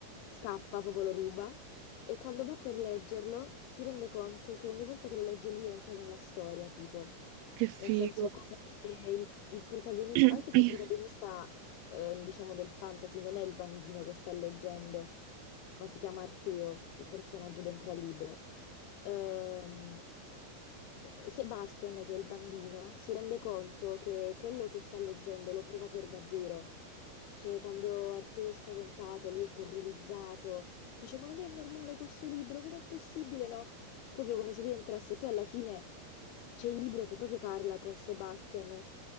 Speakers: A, on the left; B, on the right.
A: scappa, proprio lo ruba e quando va per leggerlo si rende conto che ogni volta che lo legge lui entra nella storia, tipo,
B: Che figo.
A: nel senso come se il, il protagonista,
B: <clears throat>
A: anche se il protagonista, eh, diciamo, del fantasy non è il bambino che sta leggendo ma si chiama Arteo, il personaggio dentro al libro. Ehm, eh, Sebastian, che è il bambino, si rende conto che quello che sta leggendo lo prova per davvero. Cioè, quando Arteo è spaventato, lui è terrorizzato, dice: Ma non è normale questo libro, com'è possibile? No? Proprio come se lui entrasse. Poi alla fine c'è il libro che proprio parla con Sebastian.